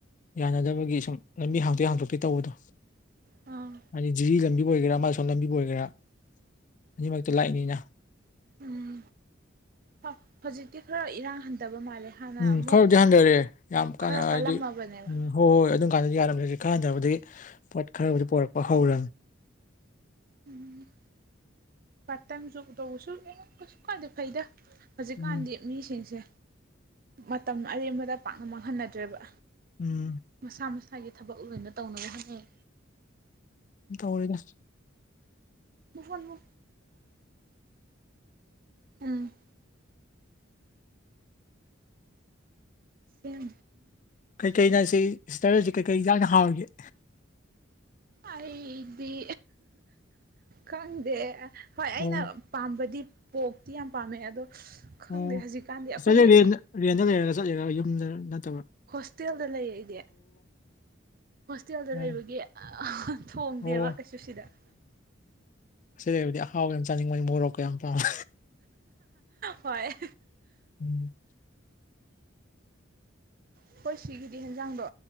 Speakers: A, on the left; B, on the right.
A: ꯌꯥꯅꯗꯕꯒꯤ ꯁꯨꯝ ꯂꯝꯕꯤ ꯍꯥꯡꯇꯣꯛꯑ ꯍꯥꯡꯇꯣꯛꯇꯦ ꯇꯧꯕꯗꯣ
B: ꯑꯥ
A: ꯍꯥꯏꯗꯤ ꯖꯤꯔꯤ ꯂꯝꯕꯤꯕꯨ ꯑꯣꯏꯒꯦꯔꯥ ꯃꯥꯁꯣꯟ ꯂꯝꯕꯤꯕꯨ ꯑꯣꯏꯒꯦꯔꯥ ꯑꯅꯤꯃꯛꯇ ꯂꯥꯛꯏꯅꯤꯅ
B: ꯎꯝ ꯍ ꯍꯧꯖꯤꯛꯇꯤ ꯈꯔ ꯏꯔꯥꯡ ꯍꯟꯊꯕ ꯃꯥꯜꯂꯦ ꯍꯥꯟꯅ
A: ꯎꯝ
B: ꯑꯃꯨꯛ
A: ꯈꯔꯗꯤ ꯍꯟꯊꯔꯑꯦ ꯌꯥꯝ
B: ꯈꯔ
A: ꯀꯥꯟꯅ ꯍꯥꯏꯗꯤ
B: ꯀꯜꯂꯝꯃꯕꯅꯦꯕ
A: ꯎꯝ ꯍꯣꯏ ꯍꯣꯏ ꯑꯗꯨꯝ ꯀꯥꯟꯗ ꯌꯥꯔꯝꯗꯦ ꯍꯧꯖꯤꯛ ꯈꯔ ꯍꯟꯊꯕꯗꯤ ꯄꯣꯠ ꯈꯔꯕꯨꯗꯤ ꯄꯨꯔꯛꯄ ꯍꯧꯔꯝ
B: ꯎꯝ ꯄꯥꯔꯠ ꯇꯥꯏꯝ ꯖꯣꯕ ꯇꯧꯕꯁꯨꯉ ꯀꯩꯁꯨ ꯀꯥꯟꯗꯤ ꯐꯩꯗ ꯍꯧꯖꯤꯛꯀꯥꯟꯗꯤ
A: ꯎꯝ
B: ꯃꯤꯁꯤꯡꯁꯦ ꯃꯇꯝ ꯑꯔꯦꯝꯕꯗ ꯄꯥꯛꯅ ꯃꯥꯡꯍꯟꯅꯗ꯭ꯔꯦꯕ
A: ꯎꯝ
B: ꯃꯁꯥ ꯃꯁꯥꯒꯤ ꯊꯕꯛ ꯂꯣꯏꯅ ꯇꯧꯅꯕ ꯍꯣꯠꯅꯩ
A: ꯇꯧꯔꯦꯗ
B: ꯃ ꯐꯣꯟ ꯃꯨ ꯎꯝ ꯁꯦꯝ
A: ꯀꯩꯀꯩꯅ ꯁꯤ ꯁꯤꯇꯔꯁꯤ ꯀꯩꯀꯩ ꯌꯥꯝꯅ ꯍꯥꯎꯔꯤꯒꯦ
B: ꯑꯩꯗꯤ ꯈꯪꯗꯦ ꯍꯣꯏ ꯑꯩꯅ
A: ꯑꯣ
B: ꯄꯥꯝꯕꯗꯤ ꯄꯣꯛꯇꯤ ꯌꯥꯝ ꯄꯥꯝꯃꯦ ꯑꯗꯣ ꯈꯪꯗꯦ
A: ꯑꯣ
B: ꯍꯧꯖꯤꯛꯀꯥꯟꯗꯤ ꯑꯩꯈꯣꯏꯗꯤ
A: ꯁꯤꯁꯇꯔꯁꯦ ꯔꯦꯟ ꯔꯦꯟꯗ ꯂꯩꯔꯒ ꯆꯠꯂꯤꯔꯥꯕ ꯌꯨꯝꯗ ꯅꯠꯇꯕ
B: ꯍꯣꯁꯇꯦꯜꯗ ꯂꯩꯔ ꯑꯩꯗꯤ ꯍꯣꯁꯇꯦꯜꯗ
A: ꯑꯥ,
B: ꯂꯩꯕꯒꯤ ꯊꯣꯡꯗꯦꯕ
A: ꯑꯣ
B: ꯀꯩꯁꯨ ꯁꯤꯗ
A: ꯁꯤ ꯂꯩꯕꯗꯤ ꯑꯍꯥꯎꯕ ꯌꯥꯝ ꯆꯥꯅꯤꯡꯕꯅꯤ ꯃꯣꯔꯣꯛꯀ ꯌꯥꯝ ꯄꯥꯃꯦ
B: ꯍꯣꯏ
A: ꯎꯝ
B: ꯍꯈꯣꯏ ꯁꯤꯒꯤꯗꯤ ꯍꯟꯖꯥꯡꯗꯣ